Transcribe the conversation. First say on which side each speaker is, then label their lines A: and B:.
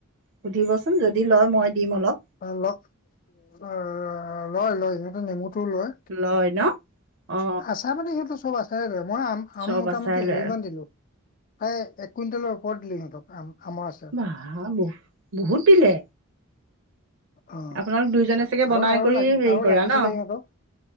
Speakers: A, on the right (about 55°); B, on the left (about 40°).
A: সুধিবচোন যদি লয় মই দিম অলপ।
B: ল অ লয় লয় সিহঁতে নেমুটোও লয়।
A: লয় ন অ
B: আছাৰ মানে সেইটো সব আছে। মই আম আম
A: চব
B: মোটামুটি
A: আচাৰে
B: হেৰি
A: লয় আৰু
B: মান দিলোঁ। প্ৰায় এক কুইণ্টেলৰ ওপৰত দিলোঁ সিহঁতক আম আমৰ আ
A: আ বহুত বহুত দিলে।
B: অ
A: আপোনালোক দুইজনে চাগে বনাই
B: আৰু আৰু
A: কৰি
B: লাগ
A: হেৰি
B: আৰু
A: কৰা
B: লাগিছিলে
A: ন
B: সিহঁতক।